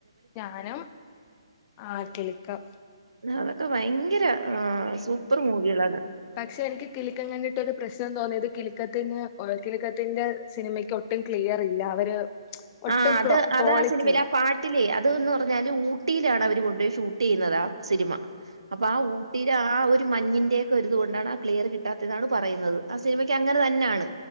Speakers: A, on the left (about 25°); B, on the right (about 80°).
A: ഞാനും ആ കിലുക്കം
B: ന്നതൊക്കെ ഭയങ്കര ആ സൂപ്പർ മൂവികളാണ്
A: പക്ഷെ എനിക്ക് കിലിക്കം കണ്ടിട്ടൊരു പ്രശ്നം തോന്നിയത് കിലിക്കത്തിന് ഒര് കിലിക്കത്തിന്റെ സിനിമയ്ക്ക് ഒട്ടും ക്ലിയർ ഇല്ല അവര് ഒട്ടും
B: ആ അത്
A: ക്ലോ
B: അതാ
A: ക്വാളിറ്റി
B: സിനിമയിലാ
A: ഇല്ല
B: പാട്ടിലേ അത് ന്ന് പറഞ്ഞാല് ഊ ട്ടിയിലാണ് അവര് കൊണ്ടോയി ഷൂട്ട് ചെയ്യുന്നത് ആ സിനിമ അപ്പൊ ആ ഊട്ടിലാ ആ ഒര് ഒര് മഞ്ഞിന്റേക്കൊരിതു കൊണ്ടാണ് ആ ക്ലിയർ കിട്ടാത്തെതാണ് പറയ്ന്നത് ആ സിനിമയ്ക്ക് അങ്ങനെ തന്നാണ്